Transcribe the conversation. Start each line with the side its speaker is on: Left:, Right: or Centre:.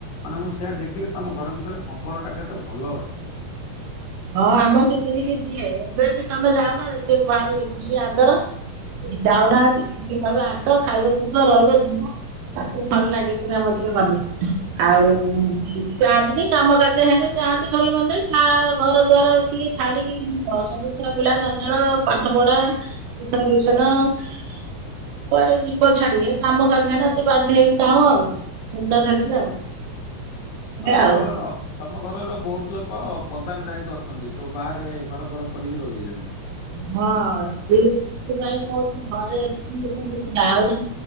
Left: ମାନେ ମୁଁ ସେଆ ଦେଖିଲି ତମ ଘର ଭିତରେ ସମ୍ପର୍କ ଟା କେତେ ଭଲ ଅଛି।
Right: ହଁ ଆମର ସେଠି ସେ ଦେଇ ଏବେ ବି ତମେ ଯାଉନ ସେ ଭାରି ଖୁସି ଆଦର। ଯାଉନାହାନ୍ତି ସିଏ କହିବ ଆସ ଖାଇବ ପିଇବ ରହିବ ଯିବ। ତାକୁ ଭଲ ଲାଗେ କୁଣିଆ ମୈତର ଗଲେ। ଆଉ ଯାଆନ୍ତିନି କାମ କାର୍ଯ୍ୟ ହେନି ଯାଆନ୍ତି ଭଲ ମନ୍ଦେ ଘର ଦୁଆର କିଏ ଛାଡିକି ଯିବ ସବୁ ଛୁଆ ପିଲା ଜଞ୍ଜାଳ ପାଠ ପଢା ଟିଉସନ <unintelligible> କୁଆଡେ ଯିବ ଛାଡି ଏ କାମ କାଯ୍ୟ ହେନେ ଏତେ ବାଧ୍ୟ ହେଇକି ଯାଉ ଆଉ। ମୁଣ୍ଡା ଧରିକି ଆଉ।
Left: ତମ
Right: ଏଇଆ ଆଉ।
Left: ଘରର। ତମ ଘରର ବହୁତ ଲୋକ ପଦାରେ ଯାଇକି ଅଛନ୍ତି ସବୁ ବାହାରେ ଘର ଫର କରିକି ରହିଗଲେଣି।
Right: ହଁ ସେଇଥି ପାଇଁ କହୁଛି ଘରେ ଏତିକି ଲୋକଙ୍କୁ ଆହୁରି